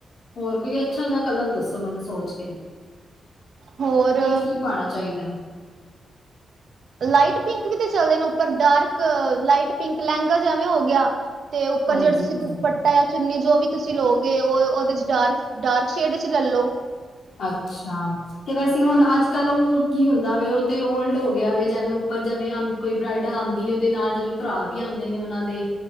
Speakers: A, on the left (about 65°); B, on the right (about 55°).
A: ਹੋਰ ਕੋਈ ਅਛਾ ਜਿਹਾ ਕਲਰ ਦਸੋ ਮੈਨੂੰ ਸੋਚ ਕੇ
B: ਹੋਰ
A: ਕੀ ਕੀ ਪਾਣਾ ਚਾਹੀਦਾ
B: ਲਾਈਟ ਪਿੰਕ ਵੀ ਤੇ ਚੱਲਦੇ ਨੇ ਉਪਰ ਡਾਰਕ ਲਾਈਟ ਪਿੰਕ ਲਹਿੰਗਾ ਜੈਵੇਂ ਹੋ ਗਿਆ ਤੇ ਉਪਰ
A: ਹਾਂਜੀ
B: ਜਿਹੜਾ ਤੁਸੀ
A: ਹਾਂ
B: ਦੁਪੱਟਾ ਜਾਂ ਚੁੰਨੀ ਜੋ ਵੀ ਤੁਸੀ ਲਓਗੇ ਉਹ ਉਹਦੇ 'ਚ ਡਾਰਕ ਡਾਰਕ ਸ਼ੇਡ 'ਚ ਲੈ ਲੋ
A: ਅੱਛਾ ਤੇ ਵੈਸੇ ਹੁਣ ਅਜ ਕਲ ਉਹ ਕੀ ਹੁੰਦਾ ਵੇ ਉਹ ਤੇ ਓਲਡ ਹੋ ਗਿਆ ਵੇ ਜੈਵੈਂ ਉਪਰ ਜੈਵੈਂ ਕੋਈ ਬਰਾਈਡਲ ਆਂਦੀ ਉਹਦੇ ਨਾਲ ਜਵੇ ਭਰਾ ਵੀ ਆਂਦੇ ਨੇ ਉਹਨਾ ਦੇ